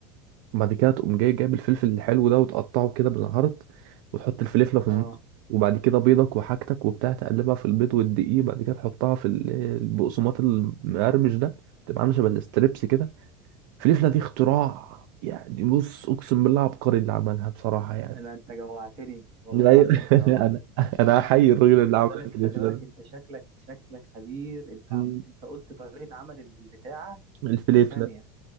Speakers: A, on the right (about 65°); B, on the right (about 50°).
A: وبعد كده تقوم جاي جايب الفلفل الحلو ده وتقطعه كده بالعرض وتحط الفليفله في
B: اه
A: النص وبعد كده بيضك وحاجتك وبتاع تقلبها في البيض والدقيق بعد كده تحطها في ال- البقسماط المقرمش ده تبقى عامله شبه الاستريبس كده فليفله دي اختراع يعني بص اقسم بالله عبقري اللي عملها بصراحه يعني
B: انا انت جوعتني والله
A: أيوة.
B: العظيم انت
A: <laughs>
B: جوعتني
A: انا انا احيي الراجل
B: خلي
A: اللي عمل
B: بالك
A: الفليفله
B: خلي بالك
A: ده
B: انت شكلك شكلك خبير انت
A: مم.
B: عم... انت قلت طريقة عمل البتاعة
A: الفليفله
B: في ثانية